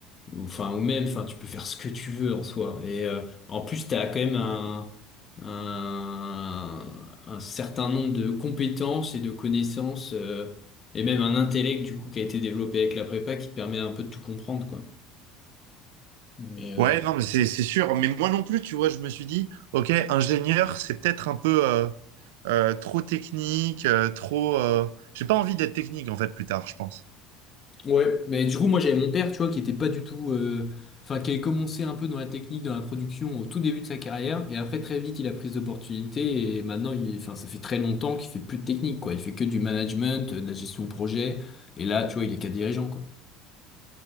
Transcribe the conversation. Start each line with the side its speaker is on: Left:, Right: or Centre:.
Left: ou- enfin, ou même, enfin, tu peux faire ce que tu veux en soi. Et euh, en plus, t'as quand même un un, un certain nombre de compétences et de connaissances. euh, et même un intellect, du coup, qui a été développé avec la prépa qui te permet un peu de tout comprendre, quoi. Mais, euh,
Right: Ouais, non, mais c'est c'est sûr. Mais moi non plus, tu vois, je me suis dit, ok, ingénieur, c'est peut-être un peu euh, euh, trop technique, euh, trop. euh, J'ai pas envie d'être technique en fait plus tard, je pense.
Left: ouais, mais du coup, moi, j'avais mon père, tu vois, qui était pas du tout. euh, Enfin, qui avait commencé un peu dans la technique, dans la production au tout début de sa carrière. Et après, très vite, il a pris d'opportunités. Et maintenant, il... enfin, ça fait très longtemps qu'il fait plus de technique, quoi. Il fait que du management, euh, de la gestion de projet. Et là, tu vois, il est cadre dirigeant, quoi.